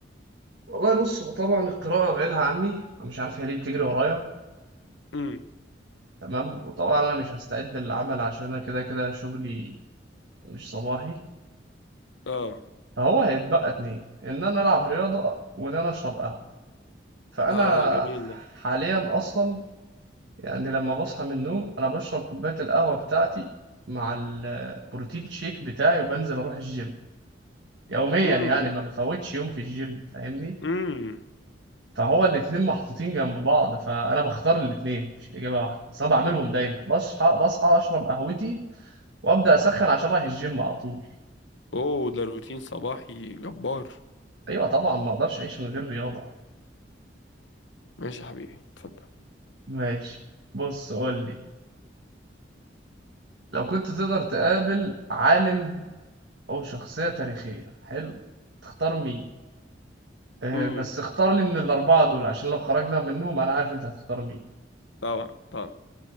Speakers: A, on the right; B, on the left.
A: والله بص هو طبعا القراءه بعيدها عني أنا مش عارف هي ليه بتجري ورايا
B: امم
A: تمام وطبعا انا مش هستعد للعمل عشان انا كده كده شغلي مش صباحي
B: اه
A: فهو هيتبقى اتنين ان انا العب رياضه وان انا اشرب قهوه فأنا
B: <laughs> اه جميل ده
A: حاليا أصلا يعني لما بصحى من النوم أنا بشرب كوباية القهوة بتاعتي مع البروتين شيك بتاعي وبنزل أروح الجيم يوميا
B: امم
A: يعني ما بفوتش يوم في الجيم فاهمني
B: امم
A: فهو الاتنين محطوطين جنب بعض فأنا بختار الاتنين مش الإجابة واحدة بس أنا بعملهم دايما بصحى بصحى أشرب قهوتي وأبدأ أسخن عشان رايح الجيم على طول
B: اوه ده روتين صباحي جبار
A: أيوة طبعا ما أقدرش أعيش من غير رياضة
B: ماشي يا حبيبي اتفضل
A: ماشي بص قول لي لو كنت تقدر تقابل عالم أو شخصية تاريخية حلو تختار مين آه
B: امم
A: بس اختار لي من الأربعة دول عشان لو خرجنا منهم أنا عارف أنت هتختار مين
B: طبعا طبعا